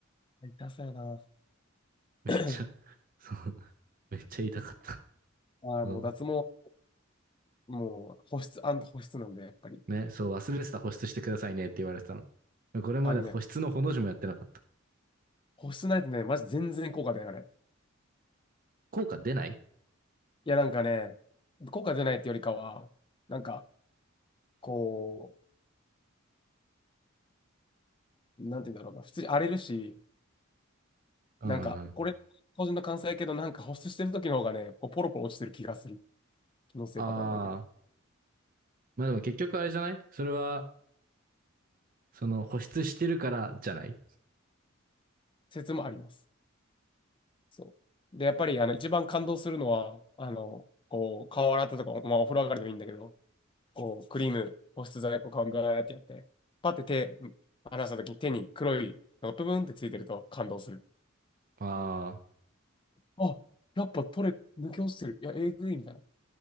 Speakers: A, on the left; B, on the right.
A: 痛そうやな。
B: めっちゃ、
A: <coughs>
B: そう、めっちゃ痛かった。
A: ああ、
B: そ
A: もう脱毛、もう、もう保湿保湿なんで、やっぱり。
B: う。ね、そう、忘れてた保湿してくださいねって言われてたの。これまで保湿のほの字もやってなかった。
A: あのね、保湿ないとね、マジ全然効果出ない、あれ。
B: 効果出ない
A: いや、なんかね、効果出ないってよりかは、なんか、こう、なんて言うんだろうな、普通に荒れるし、
B: うんうんうん。
A: なんか、これ、個人の感想やけど、なんか保湿してる時の方がね、こうポロポロ落ちてる気がする。気のせいかわかんないけど。
B: ああ、まあでも結局あれじゃないそれは、その保湿してるからじゃない
A: 説もあります。そう。で、やっぱり、あの、一番感動するのは、あの、こう、顔洗ったとか、まあ、お風呂上がりでもいいんだけど、こう、クリーム、保湿剤、こう、顔にガーってやって、パって手、離した時に手に黒いのがブブンってついてると感動する。
B: ああ
A: あ、やっぱ取れ、抜け落ちてる。いや、えぐいみたいな。い